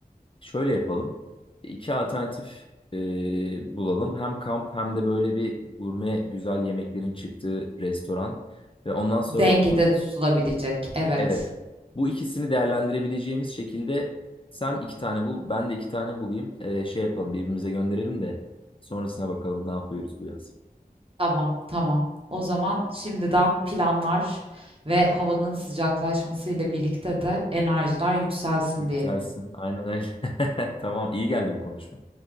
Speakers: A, on the left; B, on the right.
A: Şöyle yapalım. İki alternatif e, bulalım. Hem kamp hem de böyle bir gurme güzel yemeklerin çıktığı restoran. Ve ondan sonra
B: Dengede tutulabilecek. Evet.
A: Evet. Bu ikisini değerlendirebileceğimiz şekilde sen iki tane bul, ben de iki tane bulayım. Ee, şey yapalım, birbirimize gönderelim de sonrasına bakalım ne yapıyoruz bu yaz.
B: Tamam, tamam. O zaman şimdiden planlar ve havanın sıcaklaşmasıyla birlikte de enerjiler yükselsin
A: Yükselsin.
B: diyelim.
A: Aynen öyle. <laughs> Tamam, iyi geldi bu konuşma.